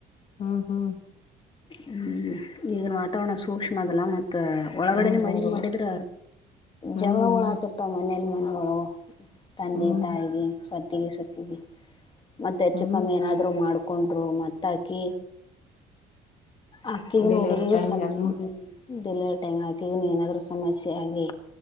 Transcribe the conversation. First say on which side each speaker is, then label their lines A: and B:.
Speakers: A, on the left; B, on the left.
A: ಹಾ ಹ್ಮ್
B: ಹ್ಮ್ ಈಗನ್ ವಾತಾವರಣ ಸೂಕ್ಷ್ಮ ಅದಲ್ಲ ಮತ್ತ್. ಒಳಗಡೆನೆ
A: ಹ್ಮ್
B: ಮದ್ವಿ
A: ಹೌದವಾ
B: ಮಾಡಿದ್ರ
A: ಹ್ಮ್
B: ಜಗಳಗಳ್ ಆತಿರ್ತಾವ ಮನೇಲಿ ಮ ಹೂ ತಂದೆ
A: ಹ್ಮ್
B: ತಾಯಿ ಸತಿ ಪತಿ ಮತ್ತೆ ಹೆಚ್ಚು
A: ಹ್ಮ್
B: ಕಮ್ಮಿ ಏನಾದ್ರು ಮಾಡ್ಕೊಂಡ್ರು ಮತ್ತಾಕಿ ಅಕ್ಕಿಗ
A: ಡೆಲಿವರಿ
B: ಹುಡುಗಿಗ
A: ಟೈಮ್ನಾಗನು
B: <unintelligible> ಏನಾದ್ರು ಸಮಸ್ಯೆ ಆಗಿ